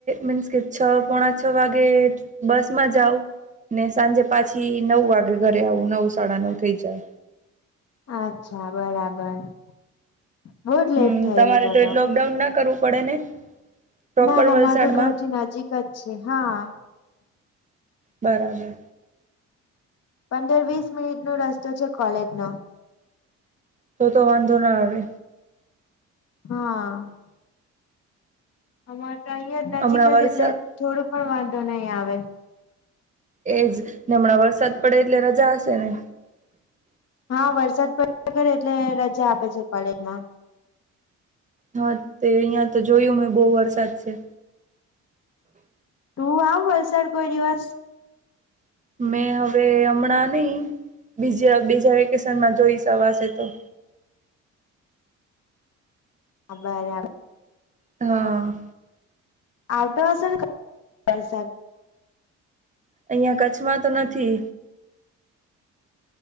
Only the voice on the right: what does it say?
મીન્સ કે છ પોણા છ વાગે બસ માં જાઉ ને સાંજે પાછી નવ વાગે ઘરે આવું નવ સાડા નવ થઈ જાય.
હમ
તમારે
એ
લોકડાઉન ના કરવું પડે ને પ્રોપર
વલસાડમાં
બારબર.
તો તો વાંધો ના આવે.
હમણાં
વરસાદ
એજ ને હમણાં વરસાદ પડે એટલે રજા હશે ને?
હા, તે અહિયાં તો જોયું મેં બહુ વરસાદ છે.
મેં હવે હમણાં નહી બીજા બીજા વેકેશનમાં જોઈસ અવાસે તો.
હા.
અહિયાં કચ્છમાં તો નથી.